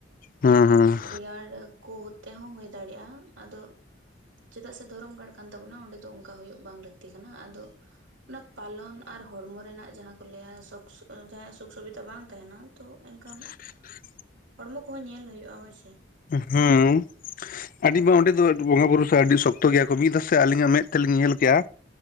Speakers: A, on the left; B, on the right.
A: ᱦᱩᱸ ᱦᱩᱸ᱾
B: ᱨᱮᱭᱟᱲ ᱠᱚ ᱛᱮᱦᱚᱸ ᱦᱩᱭ ᱫᱟᱲᱮᱜᱼᱟ ᱟᱫᱚ ᱼᱼ ᱪᱮᱫᱟᱜ ᱥᱮ ᱫᱷᱚᱨᱚᱢ ᱜᱟᱲ ᱠᱟᱱ ᱛᱟᱵᱚᱱᱟ ᱚᱸᱰᱮ ᱫᱚ ᱚᱱᱠᱟ ᱦᱩᱭᱩᱜ ᱵᱟᱝ ᱞᱟᱹᱠᱛᱤ ᱠᱟᱱᱟ ᱟᱫᱚ ᱼᱼ ᱚᱱᱟ ᱯᱟᱞᱚᱱ ᱟᱨ ᱦᱚᱲᱢᱚ ᱨᱮᱱᱟᱜ ᱡᱟᱦᱟᱸ ᱠᱚ ᱞᱟᱹᱭᱟ ᱡᱟᱦᱟᱸᱭᱟᱜ ᱥᱩᱠ ᱥᱩᱵᱤᱫᱷᱟ ᱵᱟᱝ ᱛᱟᱦᱮᱱᱟ ᱼᱼ ᱛᱚ ᱮᱱᱠᱷᱟᱱ ᱼᱼ
A: <inaudible>
B: ᱦᱚᱲᱢᱚ ᱠᱚᱦᱚᱸ ᱧᱮᱞ ᱦᱩᱭᱩᱜᱼᱟ ᱦᱳᱭ ᱥᱮ?
A: ᱦᱩᱸ ᱟᱹᱰᱤ ᱵᱚᱸ ᱚᱱᱰᱮ ᱫᱚ ᱵᱚᱸᱜᱟ ᱵᱩᱨᱩ ᱟᱹᱰᱤ ᱥᱚᱠᱛᱚ ᱜᱮᱭᱟ ᱠᱩ ᱢᱤᱫ ᱫᱷᱟᱣ ᱥᱮ ᱟᱹᱞᱤᱧᱟᱜ ᱢᱮᱫ ᱛᱮᱞᱤᱧ ᱧᱮᱞ ᱠᱮᱜ-ᱟ